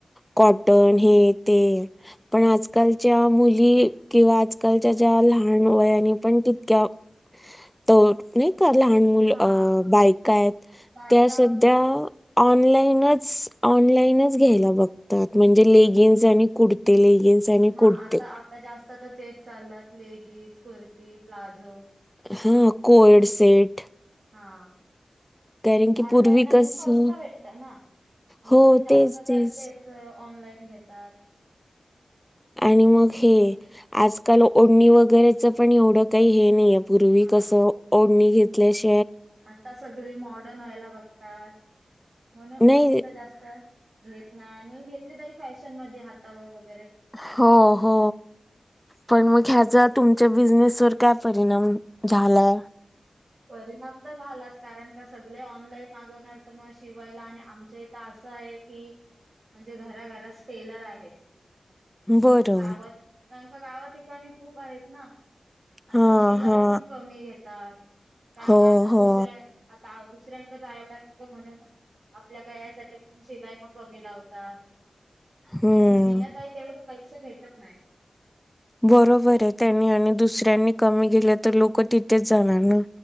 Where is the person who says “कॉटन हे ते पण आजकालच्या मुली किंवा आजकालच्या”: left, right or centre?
Centre